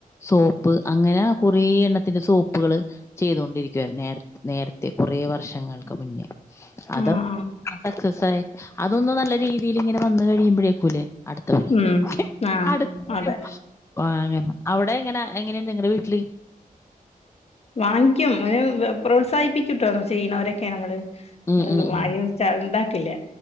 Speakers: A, on the left (about 20°); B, on the left (about 45°).
A: സോപ്പ് അങ്ങനെ കുറേ എണ്ണത്തിന്റെ സോപ്പ് കള് ചെയ്തൊണ്ടിരിക്കുവാര്ന്ന് നേരത് നേരത്തെ കൊറേ വർഷങ്ങൾക്ക് മുന്നേ അത
B: ആഹ് ആഹ്
A: സക്സസായി. അതൊന്നും നല്ല രീതിയില്ങ്ങനെ വന്ന് കഴിയുമ്പോഴേക്കൂല്ലേ അട്ത്തപഴി.
B: ഉം ആഹ്
A: അട് <unintelligible>
B: അതെ
A: <unintelligible> അവ്ടെ എങ്ങനാ എങ്ങനെണ്ട് <unintelligible> ങ്ങള്ടെ വീട്ട്ല്
B: വാങ്ങിക്കും <unintelligible> പ്രോത്സാഹിപ്പിക്യുട്ടോ ചെയ്യുന്നവരൊക്കെ നമ്മള്. <unintelligible>
A: ഉം ഉം ഉം.
B: ച്ച ന്താക്കില്ല.